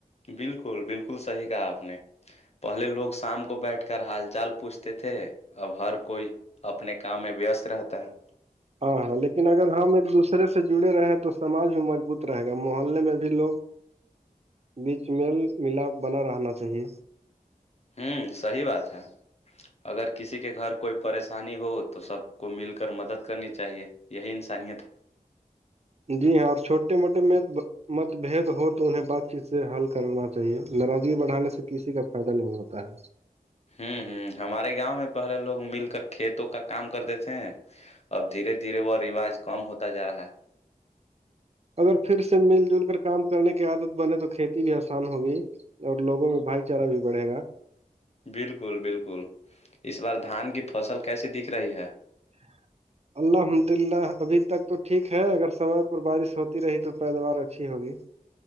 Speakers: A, on the left; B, on the right.
A: بالکل بالکل صحیح کہا آپ نے پہلے لوگ شام کو بیٹھ کر حال چال پوچھتے تھے اب ہر کوئی اپنے کام میں وست رہتا ہے
B: ہاں ہاں لیکن اگر ہم ایک دوسرے سے جڑے رہے ہیں تو سماج بھی مضبوط رہے گا محلے میں بھی لوگ بیچ م ملاپ بنا رہنا چاہیے
A: ہوں صحیح بات ہے اگر کسی کے گھر کوئی پریشانی ہو تو سب کو مل کر مدد کرنی چاہیے یہی انسانیت ہے
B: جی ہاں اور چھوٹے موٹے میں مت بد ہو تو انہیں بات چیت سے حل کرنا چاہیے ناراضگی بڑھانے سے کسی کا فائدہ نہیں ہوتا ہے
A: ہوں ہوں ہمارے گاؤں میں پہلے لوگ مل کر کھیتوں کا کام کرتے تھے اب دھیرے دھیرے وہ رواج کم ہوتا جا رہا ہے
B: اگر پھر سے مل جل کر کام کرنے کی عادت بنے تو کھیتی بھی آسان ہوگی اور لوگوں میں بھائی چارہ بھی بڑھے گا
A: بالکل بالکل اس بار دھان کی فصل کیسی دکھ رہی ہے
B: ہ الحمد للہ ابھی تک تو ٹھیک ہے اگر سمے پر بارش ہوتی رہی تو پیداوار اچھی ہوگی